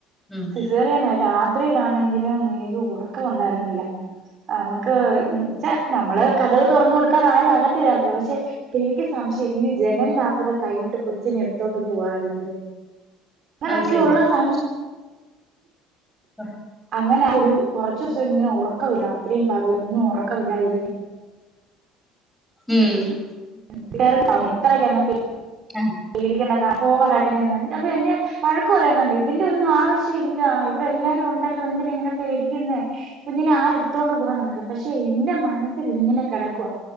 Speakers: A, in the centre; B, on the right (about 35°).
A: ഉം
B: സിസേറിയനായി രാത് അത്രയിലാണെങ്കിലും എനിക്ക് ഉറക്കം ഉണ്ടായിരുന്നില്ല നമുക്ക് പക്ഷ നമ്മള് കഥവ് തുറു കൊടുക്കാത ആരും ആകത്ത് കേറില്ല പക്ഷെ എനിക്ക് സംശയം ഇനി ജനലിനകത്തൂടെ കൈയിട്ട് കൊച്ചിനെ എടു ട്ത്തൊണ്ട് പൊവോ ആരെങ്കിലും അങ്ങനെയൊക്കെയള്ള
A: അത് ശരി
B: സംശ
A: ഉം
B: അങ്ങനെ ഒരു കൊറ കുറച്ചുസം ഉറക്കമില്ല രാത്രിയും പകൽ ഒന്നും ഉറക്കമില്ലാതിരിക്കും
A: ഉം
B: <unintelligible>
A: അഹ്
B: പേടിക്കേണ്ട പോ പാട്ടന്ന അപ്പൊ എന്നെ വഴക്ക് പറയുന്നുണ്ട് ഇതിന്റെ ഒന്നും ആവശ്യം ഇല്ല ഇവിടെ എല്ലാരും ഉണ്ടല്ലോ എന്തിനിങ്ങനെ പേടിക്കുന്ന കുഞ്ഞിനെ ആരെടു ത്തോണ്ട് പോകാനാ പക്ഷെ എന്റെ മനസ്സില് ഇങ്ങനെ കെടക്കുവ